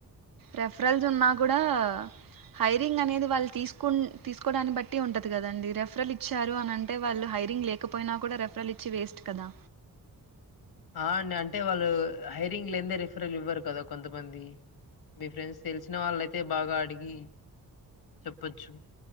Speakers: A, on the right; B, on the left.
A: రిఫరల్స్ ఉన్నా కూడా హైరింగ్ అనేది వాళ్ళు తీసుకున్ తీసుకోడాన్ని బట్టి ఉంటది కదండి రెఫరల్ ఇచ్చారు అని అంటే వాళ్ళు హ హైరింగ్ లేకపోయినా కూడా రెఫరల్ ఇచ్చి వేస్ట్ కదా
B: అ అండి అంటే వాళ్ళు హైరింగ్ లేందే రిఫరల్ ఇవ్వారు కదా కొంతమంది మీ ఫ్రెండ్స్ తెలిసిన వాళ్ళయితే బాగా అడిగి చెప్పచ్చు